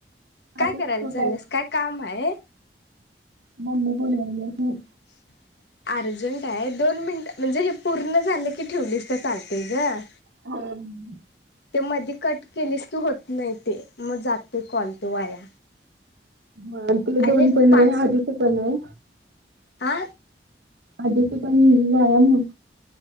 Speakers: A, on the left; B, on the right.
A: काय
B: असंच
A: करायला
B: ठेवू
A: चालीस काय काम आहे,
B: ममी बोलवाय लागलीया गं.
A: <unintelligible> अर्जंट आहे. दोन मिनिट म्हणजे हे पूर्ण झालं की, ठेवलीस तर चालतेय ग.
B: हम.
A: ते मध्ये कट केलेस कि होत नाही ते मग जाते कॉल तो वाया.
B: ह ती दोन
A: आणि एक
B: पण
A: पाच
B: व्हय आधिच पण व्हय.
A: हा
B: अधिच पण वाया मग